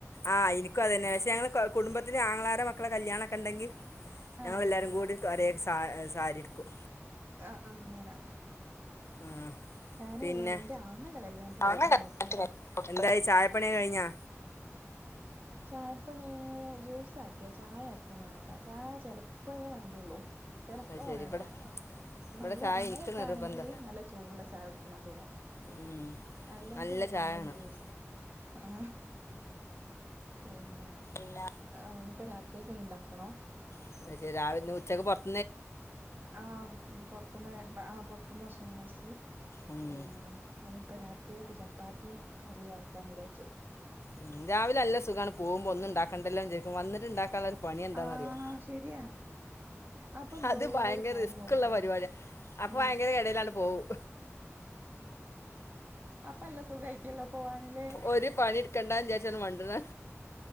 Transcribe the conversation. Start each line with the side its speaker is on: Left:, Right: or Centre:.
Left: ആഹ്നിക് അതന്നെ പക്ഷെ ഞങ്ങള് കുടുംബത്തിന് ആങ്ങളാര മക്കളെ കല്യാണം ഒക്കെണ്ടെങ്കിൽ. ഞങ്ങളെല്ലാരും
Right: ആഹ്
Left: കൂടി ഒരേ സ സാരിടുക്കും.
Right: ആഹ് ആഹ് അങ്ങനാ.
Left: ആഹ്
Right: ഞാന്
Left: പിന്നെ
Right: എന്റെ ആങ്ങശടെ കല്യാണത്തിന്
Left: അങ്ങ
Right: എറ്റാ ഉടുത്തതാ.
Left: എന്തായി ചായപ്പണിയൊക്കെ കഴിഞ്ഞാ.
Right: ചായപ്പണി ജ്യൂസ ആാക്കിയാ ചായ ആർക്കും വേണ്ട ചായ ചെലപ്പോ വേണ്ടിയുള്ളൂ. ചെലപ്പോ
Left: അത് ശരി
Right: വേണ്ടാനും.
Left: ഇവിടെ ഇവിടെ
Right: നല്ല
Left: ചായ
Right: മായൊക്കെ
Left: എനിക്ക് നിർബന്ധ
Right: ആണെങ്കിൽ നല്ല ചൂടുള്ള ചായ കുടിക്കണം തോന്നും.
Left: ഉം
Right: അല്ലെങ്കിൽ
Left: നല്ല
Right: എന്തെങ്കിലും
Left: ചായ വേണം
Right: ജ്യൂസ്
Left: അത്
Right: ആഹ പിന്നെ.
Left: ഇല്ല.
Right: ആ ഇനിപ്പോ രാത്രിയേക്കിനി ഇണ്ടാക്കണം
Left: എന്ത് വെച്ചാൽ രാവിലെ ഉച്ചക്ക് പുറത്ത
Right: ആഹ് പൊറത്തന്ന് ആഹ് പൊറത്തന്ന് ഭക്ഷണം കഴച്ച്.
Left: ഉം
Right: പിന്നെ ഇനിയിപ്പോ രാത്രിയൊക്കെ ചപ്പാത്തിയയും കറിയും ആക്കാന്ന് വിചാരിച്ചു.
Left: ഉം രാവിലെല്ല സുഖമാണ് പോകുമ്പോ ഒന്നും ഉണ്ടാക്കണ്ടല്ലോ വിച്ചാരിക്കും വന്നിട്ട്ണ്ടാക്ക. ള്ള ഒരു പണി എന്താന്നറിയോ
Right: ആഹ് ശരിയാ അപ്പൊ എന്തോ
Left: അത് ഭയങ്കര
Right: ഒരു പാട്
Left: റിസ്ക്ള്ള
Right: ഇങ്ങോട്ട് തോന്നും
Left: പരിപാടിയ. അപ്പൊ
Right: ഉം
Left: ഭയങ്കര ഇടയിലാണ് പോവും
Right: അപ്പ നല്ല സുഖായിക്കല്ലോ പോവാനില്ലേ
Left: ഒര് പണി കണ്ടാവിചാരിച്ച് മണ്ട്ണാണ.